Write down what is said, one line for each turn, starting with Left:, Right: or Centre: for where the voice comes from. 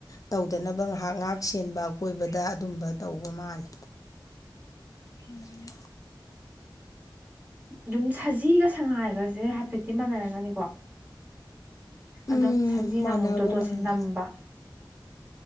Left: ꯇꯧꯗꯅꯕ ꯉꯥꯏꯍꯥꯛ ꯉꯥꯏꯍꯥꯛ ꯁꯦꯟꯕ ꯑꯀꯣꯏꯕꯗ ꯗ ꯑꯗꯨꯝꯕ ꯇꯧꯕ ꯃꯥꯂꯦ ꯎꯝ
Right: ꯑꯗꯨꯝ ꯁꯖꯤꯒ ꯁꯉꯥꯏꯒꯁꯦ ꯍꯥꯏꯐꯦꯠꯇꯤ ꯃꯥꯟꯅꯔꯒꯅꯤꯀꯣ
Left: ꯎꯝ
Right: ꯑꯗꯣ ꯁꯖꯤꯅ
Left: ꯃꯥꯟꯅꯕ
Right: ꯑꯃꯨꯛ ꯇꯣꯗꯣꯠꯁꯦ
Left: ꯃꯥꯜꯂꯦ
Right: ꯅꯝꯕ